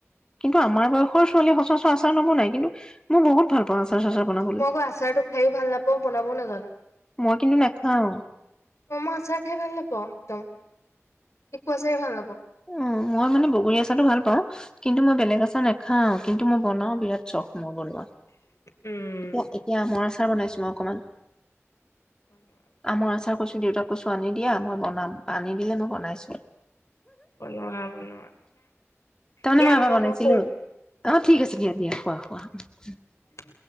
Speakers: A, on the left (about 15°); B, on the left (about 65°).
A: কিন্তু আমাৰ বয়সৰ ছোৱালীয়ে সচৰাচৰ আচাৰ নবনাই, কিন্তু মই বহুত ভাল পাওঁ আচাৰ। চাচাৰ বনাবলৈ
B: মই আকৌ আচাৰটো খাইওঁ ভাল নাপাওঁ বনাবও নাজানো।
A: মই কিন্তু নেখাওঁ।
B: ম‌ই আচাৰ খাই ভাল নাপাওঁ একদম, একো আচাৰে ভাল নাপাওঁ।
A: অ', মই মানে বগৰী আচাৰটো ভাল পাওঁ কিন্তু মই বেলেগ আচাৰ নেখাওঁ, কিন্তু মই বনাওঁ। বিৰাট চখ মোৰ বনোৱা,
B: উম
A: এতিয়া এতিয়া আমৰ আচাৰ বনাইছোঁ মই অকমান।
B: বনোৱা
A: আ মই আচা কৈছো দেউতাক কৈছো আনি দিয়া মই বনাম আনি দিলে মো বনাইছো
B: বনোৱা বনোৱা
A: তাৰমানে
B: দিয়া
A: মই এব
B: হ'ব
A: বনাইছিলো
B: শুম
A: অ ঠিক আছে দিয়া দিয়া খোৱা খোৱা
B: উ